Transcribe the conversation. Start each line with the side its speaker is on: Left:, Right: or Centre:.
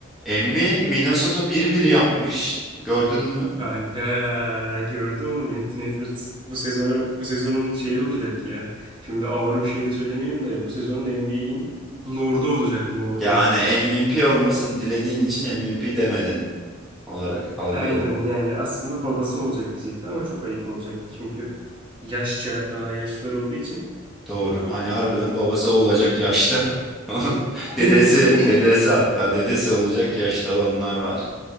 Centre: Emmi Minnesota bir bir yapmış. Gördün mü?
Right: Kanka gördüm onu Anthony Edwards bu sezona bu sezonun şeyi olacak ya. Şimdi ağır bir şey de söylemeyeyim de bu sezonun NBA'in lordu olacak lordu.
Centre: Yani MVP olmasını dilediğin için MVP demedin olarak algıladım.
Right: Aynen yani aslında babası olacak diyecektim ama çok ayıp olacaktı. Çünkü yaşça daha yaşlılar olduğu için
Centre: Doğru. Hani harbiden babası olacak yaşta. <laughs> Dedesi,
Right: <laughs>
Centre: dedesi hatta dedesi olacak yaşta olanlar var.